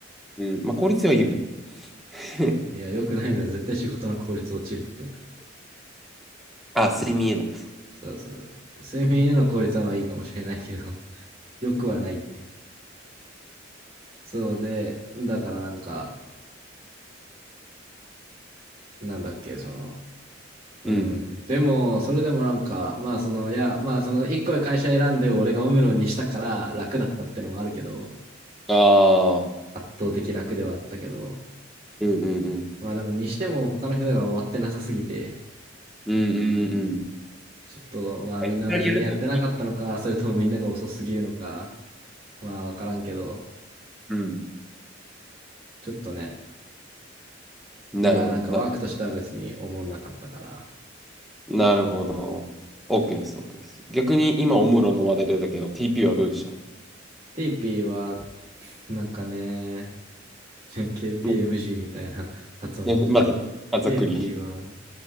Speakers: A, in the centre; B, on the right.
A: うん、まあ、効率はいいよね。<laughs>
B: いや、良くないだろ、絶対仕事の効率落ちるって。
A: あ、睡眠への。
B: そうそう。睡眠への効率はまあいいかもしれないけど、<laughs> 良くはないって。そうで、だからなんか、なんだっけ、その、うん。
A: うん。
B: でも、それでもなんか、まあその、いや、まあその一個会社選んで俺がオムロンにしたから楽だったってのもあるけど、
A: ああ、
B: 圧倒的楽ではあったけど、
A: うんうんうん。
B: まあでもにしても他の人が終わってなさすぎて、
A: うんうんうん。
B: ちょっとまあみんな真面目にやってなかったのか、
A: まあ、いきなりやると、
B: それともみんなが遅すぎるのか、まあわからんけど、
A: うん。
B: ちょっとね、
A: なるほど。
B: だからなんかワークとしては別に思んなかったかな。
A: な、なるほど。OK です、OK です。逆に今、オムロンの話題出たけど、TP はどうでした
B: テイピーは、<laughs> なんかね、<laughs> KPMG
A: まあ、
B: みたいな <laughs> 発音になっちゃった。
A: ね、まあ、ざまあざっくり。
B: テイピーは、